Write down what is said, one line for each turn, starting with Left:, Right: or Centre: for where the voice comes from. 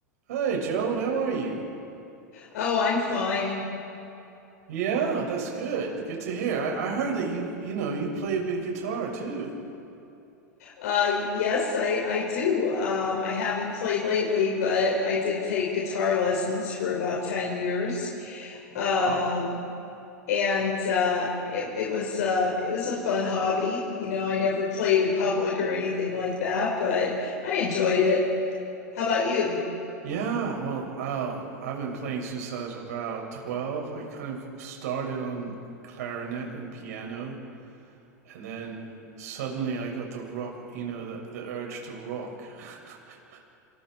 Right: Hey, Joan, how are you?
Left: Oh, I'm fine.
Right: Yeah, that's good. Good to hear. I, I heard that you, you know, you play a bit of guitar too.
Left: Uh, yes, I I do. Um, I haven't played lately, but I did take guitar lessons for about 10 years.
Right: Wow.
Left: Um, and uh, it it was uh it was a fun hobby. You know, I never played in public or anything like that, but I enjoyed it. How about you?
Right: Yeah, well, uh, I've been playing since I was about 12. I kind of started on clarinet and piano, and then suddenly I got the rock, you know, the, the urge to rock. <laughs>